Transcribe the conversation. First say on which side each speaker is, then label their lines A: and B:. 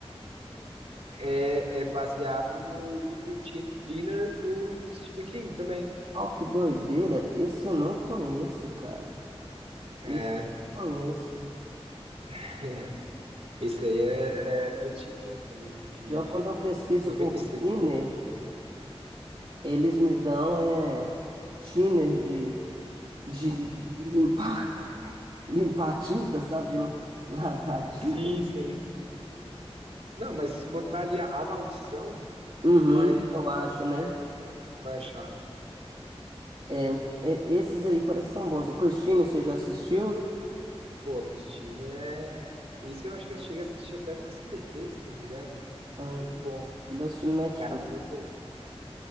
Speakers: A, on the right (about 75°); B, on the right (about 55°).
A: é, é baseado no livro Thinner do Stephen King também.
B: Oh, que doideira. Esse eu não conheço, cara.
A: É.
B: Esse eu não conheço.
A: <laughs> Esse aí é, é, é antiguinho também, de
B: Pior quando eu pesquiso
A: 96.
B: por Finner. Eles me dão é, thinner de, de, de limpar, <laughs> limpar tinta, sabe? De la- <laughs> lavar tinta.
A: Sim, sim. Não, mas se botar ali a, a maldição,
B: Uhum,
A: tu vai,
B: eu acho, né?
A: vai, vai achar.
B: É, e- esses aí parecem são bons. O Christine, você já assistiu?
A: Pô, a Christine é. Isso eu acho que eu cheguei a assistir até no SBT, se não me engano.
B: É,
A: Muito bom.
B: ele assistiu no
A: O
B: Netflix.
A: Cara todo.